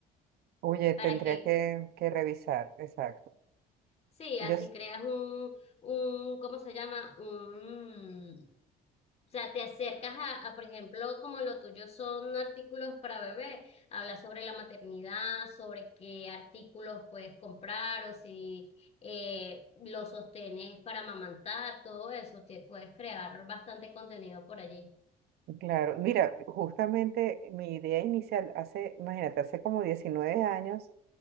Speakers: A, on the right; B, on the left.
A: Oye,
B: para
A: tendría
B: que
A: que, que revisar, exacto.
B: Sí, así
A: Yo, s-
B: creas un, un, ¿cómo se llama? Un, o sea, te acercas a, a, por ejemplo, como lo tuyo son artículos para bebé, habla sobre la maternidad, sobre qué artículos puedes comprar o si eh, los sostenes para amamantar, todo eso, te puedes crear bastante contenido por allí.
A: claro, mira, justamente mi idea inicial, hace, imagínate, hace como 19 años,